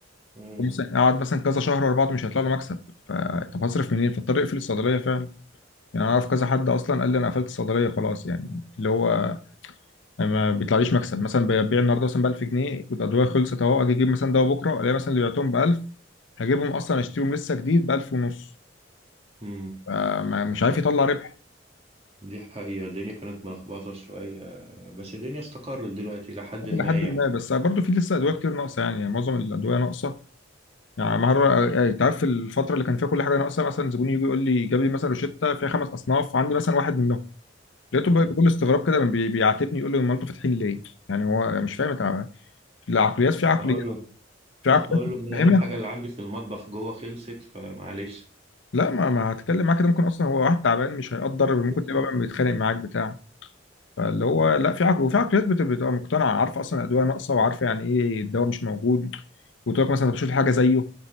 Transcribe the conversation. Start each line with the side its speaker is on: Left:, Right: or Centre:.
Right: مم.
Left: مثلا قعد مثلا كذا شهر ورا بعض مش هيطلع له مكسب فطب هصرف منين فاضطر اقفل الصيدليه فعلا يعني انا اعرف كذا حد اصلا قال لي انا قفلت الصيدليه خلاص يعني اللي هو أنا ما بيطلعليش مكسب مثلا ببيع النهارده مثلا ب 1000 جنيه والادويه خلصت اهو اجي اجيب مثلا دواء بكره الاقي مثلا اللي بعتهم ب 1000 هجيبهم اصلا اشتريهم لسه جديد ب 1000 ونص
Right: مم.
Left: فمش عارف يطلع ربح
Right: دي حقيقة الدنيا كانت ملخبطة شوية بس الدنيا استقرت دلوقتي إلى حد ما
Left: الى حد
Right: يعني
Left: ما بس برضه في لسه ادويه كتير ناقصه يعني, يعني معظم الادويه ناقصه يعني مرة يعني انت عارف الفترة اللي كان فيها كل حاجة ناقصة مثلا زبون يجي يقول لي جاب لي مثلا روشتة فيها خمس أصناف عندي مثلا واحد منهم لقيته
Right: مم.
Left: بقى بكل استغراب كده بي- بيعاتبني يقول لي هم انتوا فاتحين ليه؟ يعني هو مش فاهم انت العقليات في عقليات
Right: أقول له <laughs>
Left: في عقليات
Right: أقول
Left: مش
Right: له
Left: فاهمها
Right: أنا الحاجة اللي عندي في المطبخ جوه خلصت فمعلش
Left: لا ما ما هتكلم معاك كده ممكن أصلا هو واحد تعبان مش هيقدر ممكن
Right: <laughs>
Left: تبقى بقى بيتخانق معاك بتاع فاللي هو
Right: مم.
Left: لا في عقل وفي عقليات بت- بتبقى مقتنعة عارفة أصلا الأدوية ناقصة وعارفة يعني إيه الدواء مش موجود وتروح مثلا طب شوف حاجه زيه